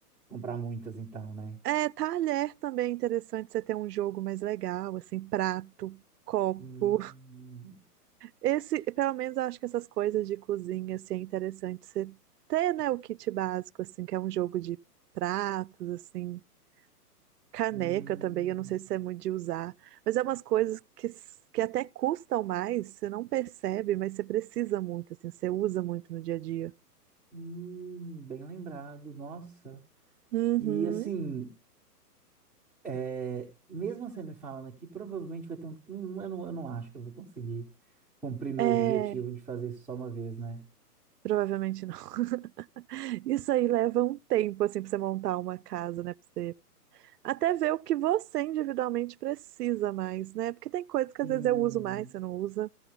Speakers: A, in the centre; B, on the right (about 75°).
A: comprar muitas então, né?
B: É, talher também é interessante você ter um jogo mais legal, assim, prato, copo.
A: Hum,
B: Esse, pelo menos eu acho que essas coisas de cozinha, assim, é interessante você ter, né, o kit básico, assim, que é um jogo de pratos, assim, caneca
A: hum,
B: também, eu não sei se é muito de usar, mas é umas coisas que, s- que até custam mais, você não percebe, mas você precisa muito, assim, você usa muito no dia a dia.
A: hum, bem lembrado, nossa.
B: Uhum.
A: E assim, é, mesmo você me falando aqui, provavelmente vai ter um. hum, Eu não, eu não acho que eu vou conseguir cumprir meu
B: É,
A: objetivo de fazer isso só uma vez, né?
B: provavelmente não. <laughs> Isso aí leva um tempo, assim, pra você montar uma casa, né? Pra você até ver o que você individualmente precisa mais, né? Porque tem coisas que
A: Sim.
B: às vezes eu uso mais, você não usa.